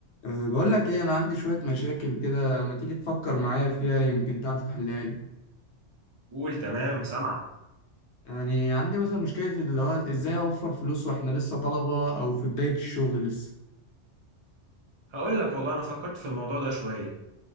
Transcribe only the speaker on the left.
أه، بقول لك ايه انا عندي شوية مشاكل كده ما تيجي تفكر معايا فيها يمكن تعرف تحلها لي
يعني عندي مثلا مشكلة اللي هو ازاي اوفر فلوس واحنا لسه طلبة او في بداية الشغل لسه